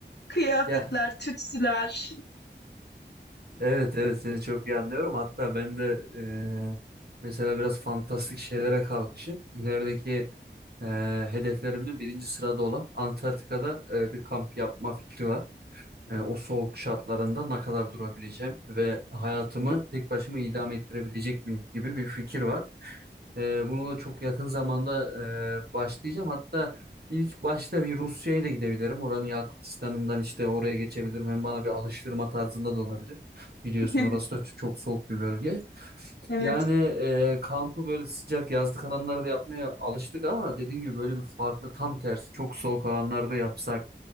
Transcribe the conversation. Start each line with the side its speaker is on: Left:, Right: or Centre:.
Left: kıyafetler,
Right: Ya
Left: tütsüler.
Right: evet evet seni çok iyi anlıyorum. Hatta ben de eee, mesela biraz fantastik şeylere kalkışıp ilerideki eee hedeflerimde birinci sırada olan Antarktika'da eee, bir kamp yapma fikri var. Yani o soğuk şartlarında ne kadar durabileceğim ve hayatımı tek başıma idame ettirebilecek miyim gibi bir fikir var. Ee, bunu da çok yakın zamanda e, başlayacağım. Hatta ilk başta bir Rusya'ya da gidebilirim. Oranın Yakutistan'ından işte oraya geçebilirim. Hem bana bir alıştırma tarzında da olabilir. Biliyorsun
Left: <laughs>
Right: orası da ç- çok soğuk bir bölge.
Left: Evet.
Right: Yani e, kampı böyle sıcak yazlık alanlarda yapmaya alıştık ama dediğim gibi böyle bir farklı tam tersi çok soğuk alanlarda yapsak.